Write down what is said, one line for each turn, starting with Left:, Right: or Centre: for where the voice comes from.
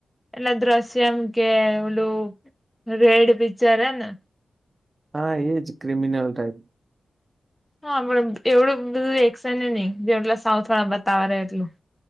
Centre: એટલે દ્રશ્યમ કે ઓલું રેડ પિક્ચર હ ને
Right: હા એ જ ક્રિમિનલ ટાઈપ
Centre: હ આપ એવડું બધું એકેશે ને નહી જેટલા સાઉથ વાળા બતાવા એટલું